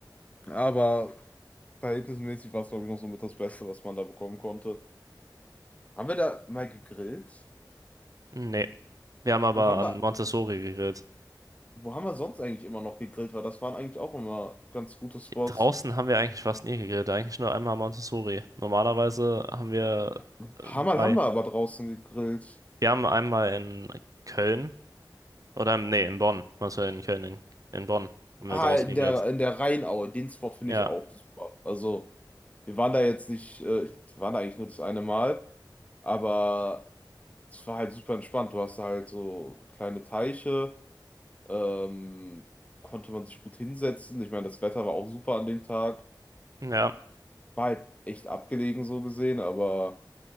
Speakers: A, on the left (about 15°); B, on the right (about 45°).
A: Aber verhältnismäßig war es, glaube ich, noch so mit das Beste, was man da bekommen konnte. Haben wir da mal gegrillt?
B: Nee. Wir haben aber
A: Wo haben
B: an
A: wir,
B: Montessori gegrillt.
A: wo haben wir sonst eigentlich immer noch gegrillt? Weil das waren eigentlich auch immer ganz gute Spots.
B: Draußen haben wir eigentlich fast nie gegrillt, eigentlich nur einmal Montessori. Normalerweise haben wir
A: Ein
B: äh,
A: paar Mal
B: bei,
A: haben wir aber draußen gegrillt.
B: wir haben einmal in Köln oder im- nee, in Bonn, was wir in Köln, in, in Bonn haben
A: Ah,
B: wir draußen
A: in
B: gegrillt.
A: der, in der Rheinaue. Den Spot finde
B: Ja,
A: ich auch super. Also, wir waren da jetzt nicht, äh, ich- wir waren da eigentlich nur das eine Mal, aber es war halt super entspannt. Du hast da halt so kleine Teiche, ähm, konnte man sich gut hinsetzen. Ich meine, das Wetter war auch super an dem Tag.
B: ja,
A: War halt echt abgelegen so gesehen, aber